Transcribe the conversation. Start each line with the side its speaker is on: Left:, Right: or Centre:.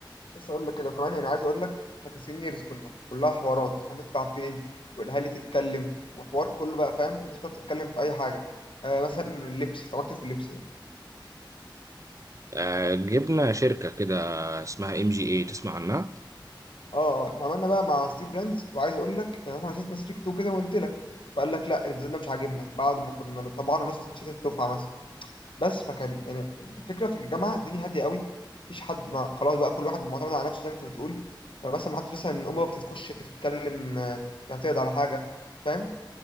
Left: لسه هقول لك كده وكمان يعني عايز اقول لك احنا كسينيورز كنا كلها حوارات هنطلع فين والاهالي تتكلم وحوار كله بقى فاهم الناس كلها بتتكلم في اي حاجه آه مثلا اللبس طب انت في اللبس ده
Right: آه، جبنا شركة كده اسمها ام جي اي تسمع عنها؟
Left: اه آه، احنا عملنا بقى مع ستيف براندز وعايز اقول لك يعني احنا عايزين نستريك تو كده وقلت لك فقال لك لا الديزاين ده مش عاجبنا بعد ما كنا طبعنا نص تيشيرت الدفعه مثلا بس فكان يعني الفكره في الجامعه الدنيا هاديه قوي مفيش حد مع خلاص بقى كل واحد معتمد على نفسه زي ما انت بتقول فمثلا ما حدش مثلا امه بتتخش تتكلم آه، تعترض على حاجه فاهم